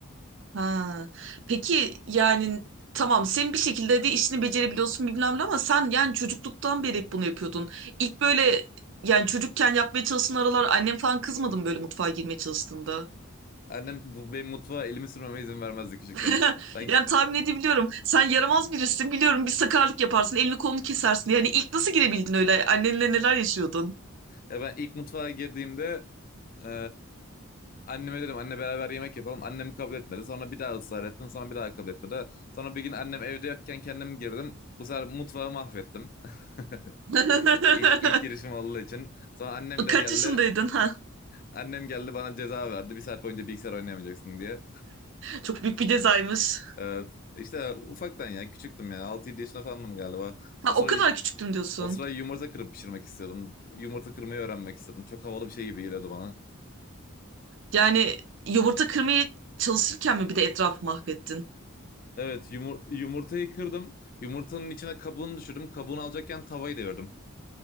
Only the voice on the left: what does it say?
Annem bu benim mutfağa elimi sürmeme izin vermezdi küçükken.
Ben
ya ben ilk mutfağa girdiğimde e, anneme dedim anne beraber yemek yapalım. Annem kabul etmedi. Sonra bir daha ısrar ettim. Sonra bir daha kabul etmedi. Sonra bir gün annem evde yokken kendim girdim. Bu sefer mutfağı mahvettim. <laughs>
İlk, ilk girişim olduğu için. Sonra annem de
geldi.
Annem geldi bana ceza verdi. Bir saat boyunca bilgisayar oynayamayacaksın diye.
Evet. İşte ufaktan ya küçüktüm yani. 6-7 yaşında falandım galiba.
O sıra,
o sıra yumurta kırıp pişirmek istiyordum. Yumurta kırmayı öğrenmek istedim. Çok havalı bir şey gibi geliyordu bana.
Evet yumur- yumurtayı kırdım. Yumurtanın içine kabuğunu düşürdüm. Kabuğunu alacakken tavayı devirdim.